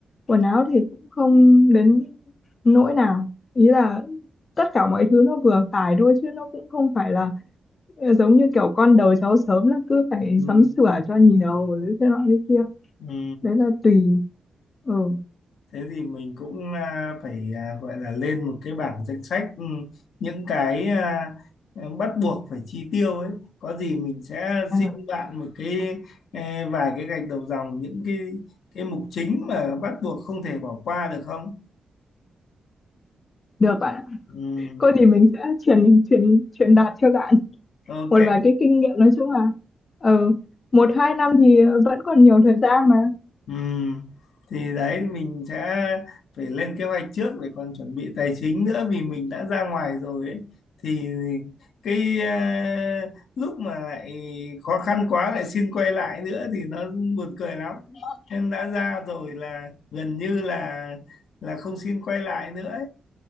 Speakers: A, on the left; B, on the left.
A: quần áo thì cũng không đến nỗi nào ý là tất cả mọi thứ nó vừa phải thôi chứ nó cũng không phải là ờ, giống như kiểu con đầu cháu sớm là cứ phải
B: Ừ.
A: sắm sửa cho nhiều rồi thế nọ thế kia
B: Ừ.
A: đấy là tùy ừ
B: thế thì mình cũng à, phải à, gọi là lên một cái bảng danh sách ừ, những cái à, à, bắt buộc phải chi tiêu ấy có gì mình sẽ
A: Ờ,
B: xin bạn một cái ê, vài cái gạch đầu dòng những cái cái mục chính mà bắt buộc không thể bỏ qua được không
A: được bạn ạ
B: ừ,
A: cô thì mình sẽ truyền truyền truyền đạt cho bạn
B: ok
A: một vài cái kinh nghiệm nói chung là ừ, một hai năm thì vẫn còn nhiều thời gian mà
B: Ừ. Thì đấy mình sẽ phải lên kế hoạch trước để còn chuẩn bị tài chính nữa vì mình đã ra ngoài rồi ấy thì cái ờ, lúc mà lại khó khăn quá lại xin quay lại nữa thì nó buồn cười lắm nên đã ra rồi là gần như là là không xin quay lại nữa